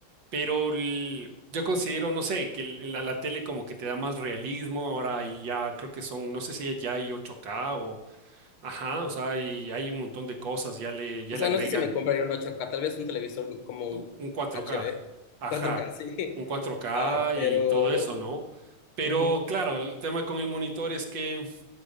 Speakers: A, on the right; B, on the left.
A: pero el- yo considero, no sé, que el- la, la tele como que te da más realismo, ahora y ya creo que son, no sé si ya hay 8K o, ajá, o sea, y hay un montón de cosas, ya le, ya
B: O sea,
A: le agregan
B: no sé si me compraría un 8K, tal vez un televisor como un
A: un un 4K,
B: HD,
A: ajá,
B: 4K, <laughs> sí.
A: un cuatro k
B: Ah, pero
A: y todo eso, ¿no? Pero
B: ujú,
A: claro, el tema con el monitor es que